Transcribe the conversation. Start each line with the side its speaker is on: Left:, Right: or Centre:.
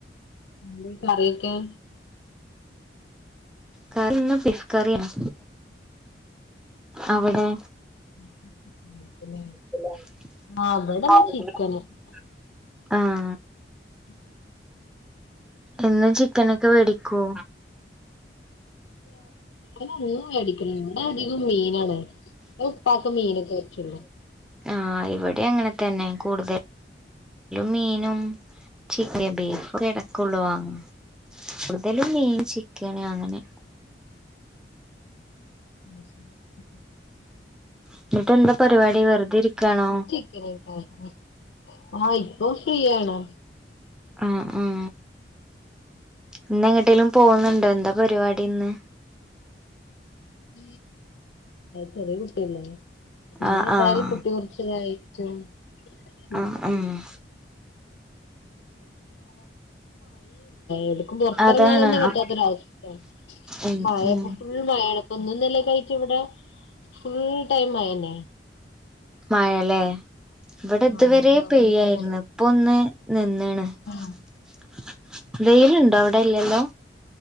Left: <unintelligible> കറിവെക്കാൻ
Centre: കറി ഇന്ന് ബിഫ് കറിയാണ് അവിടെ
Left: <unintelligible>
Centre: <unintelligible>
Left: ആഹ് ഇവടെന്ന് ചിക്കന്
Centre: ആഹ
Left: <unintelligible> <unintelligible> <unintelligible>
Centre: എന്നും ചിക്കനൊക്കെ വേടിക്കോ
Left: ഒന്ന മേടിക്കണം നമ്മുടെ അധികവും മീനാണ് ഉപ്പക്ക മീനൊക്കെ വെച്ചുള്ളൂ
Centre: ആ ഇവിടെ അങ്ങനെ തന്നെ കൂടുതൽ മീനും ചിക്ക ബീഫ കിടക്കള്ളവങ്ങ ഇവിടുത്തേൽ മീൻ ചിക്കൻ ആണ് അങ്ങനെ
Left: <inaudible>
Centre: എന്നിട്ട് എന്താ പരിപാടി വെറുതെ ഇരിക്കാണോ
Left: <unintelligible> ആഹ ഇപ്പൊ ഫ്രീയാണ്
Centre: ആ ഉം ഇന്ന്െങ്ങട്ടേലും പോകുന്നുണ്ടോ എന്താ പരിപാടി ഇന്ന്
Left: <unintelligible> ചെറിയ കുട്ടിയല്ല ഇനി
Centre: ആഹ്
Left: എതായാലും
Centre: ആഹ്
Left: കുട്ടി കുറച്ചതായി <unintelligible> <unintelligible> ല്ല
Centre: ആഹ് ആഹ്
Left: എടും പുറത്തിറങ്ങാനന്ന
Centre: അതാണ്
Left: പറ്റാത്തരവസ്ഥ
Centre: അപ് ഉം
Left: മഴപ്പോ
Centre: ഉം
Left: ഫുൾ മഴ ഒന്ന നിലക്കയിട്ട് ഇവിടെ ഫുൾ ടൈം ആയന്നെ
Centre: മഴല്ലേ ഇവിടെ
Left: ആഹ്
Centre: ഇതുവരെ
Left: അതോണ്ട്
Centre: പെയ്യായിരുന്നു
Left: എടുക്കുമ്പോ
Centre: ഇപ്പൊ ഒന്ന് നിന്ന് <unintelligible>
Left: ആഹ്
Centre: വെയിലുണ്ടോ അവിടെല്ലല്ലോ